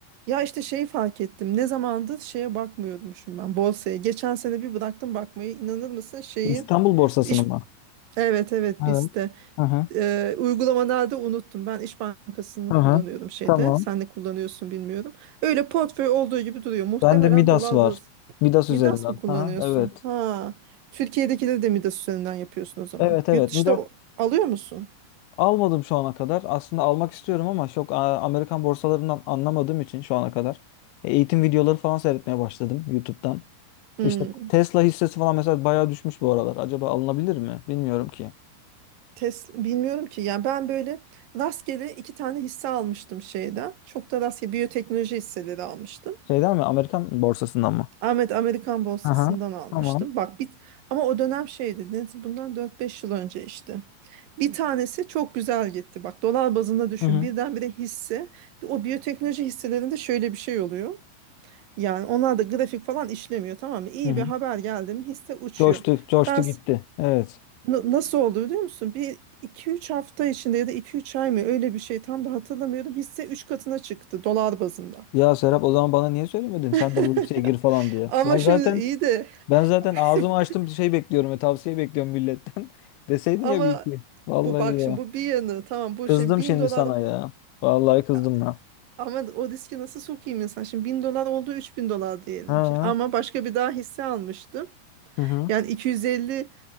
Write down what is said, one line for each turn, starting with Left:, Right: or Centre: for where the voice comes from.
Right: Ya işte şeyi fark ettim. Ne zamandır şeye bakmıyormuşum ben borsaya. Geçen sene bir bıraktım bakmayı. İnanır mısın şeyin
Left: İstanbul borsasını
Right: iş
Left: mı?
Right: Evet evet
Left: Evet.
Right: biz de
Left: Hı hı.
Right: Ee, uygulamalarda unuttum. Ben İş Bankası'nı
Left: Hı
Right: kullanıyordum
Left: hı.
Right: şeyde.
Left: Tamam.
Right: Sen ne kullanıyorsun bilmiyorum. Öyle portföy olduğu gibi duruyor. Muhtemelen
Left: Ben de Midas
Right: dolar
Left: var.
Right: baz.
Left: Midas
Right: Midas
Left: üzerinden.
Right: mı kullanıyorsun?
Left: Hı hı. Evet.
Right: Ha. Türkiye'dekileri de Midas üzerinden yapıyorsun o zaman.
Left: Evet evet.
Right: Yurt dışında
Left: Midas
Right: o- alıyor musun?
Left: almadım şu ana kadar. Aslında almak istiyorum ama çok a- Amerikan borsalarından anlamadığım için şu ana kadar. E, Eğitim videoları falan seyretmeye başladım YouTube'dan.
Right: Hmm.
Left: İşte Tesla hissesi falan mesela bayağı düşmüş bu aralar. Acaba alınabilir mi? Bilmiyorum ki.
Right: Tesla bilmiyorum ki yani ben böyle rastgele iki tane hisse almıştım şeyden. Çok da rastgele biyoteknoloji hisseleri almıştım.
Left: Şeyden mi? Amerikan borsasından mı?
Right: Ahmet Amerikan borsasından
Left: Aha,
Right: almıştım.
Left: tamam.
Right: Bak bit ama o dönem şeydi. ne- Bundan dört beş yıl önce işte. Bir tanesi çok güzel gitti. Bak dolar bazında düşün.
Left: Hı hı.
Right: Birdenbire hisse. bir O biyoteknoloji hisselerinde şöyle bir şey oluyor. Yani onlar da grafik falan işlemiyor tamam mı? İyi
Left: Hı hı.
Right: bir haber geldi mi hisse uçuyor.
Left: Coştu, coştu
Right: Ben
Left: gitti. Evet.
Right: Na- Nasıl oldu biliyor musun? Bir iki üç hafta içinde ya da iki üç ay mı öyle bir şey tam da hatırlamıyorum. Hisse 3 katına çıktı dolar bazında.
Left: Ya Serap o zaman bana niye söylemedin? Sen
Right: <laughs>
Left: de bu liseye gir falan diye.
Right: Ama
Left: Ben
Right: şimdi
Left: zaten
Right: iyi de
Left: ben zaten ağzımı açtım
Right: <laughs>
Left: şey bekliyorum ve tavsiye bekliyorum milletten. <laughs> Deseydin
Right: ama
Left: ya bir iki. Vallahi
Right: bu bak
Left: ya.
Right: şimdi bu bir yanı tamam bu
Left: Kızdım
Right: şey 1000
Left: şimdi
Right: dolar
Left: sana ya. Vallahi kızdım
Right: ya,
Left: ya.
Right: ama o riski nasıl sokayım insan? Şimdi 1000 dolar oldu 3000 dolar diyelim
Left: Ha.
Right: ki. Ama başka bir daha hisse almıştım.
Left: Hı hı.
Right: Yani 250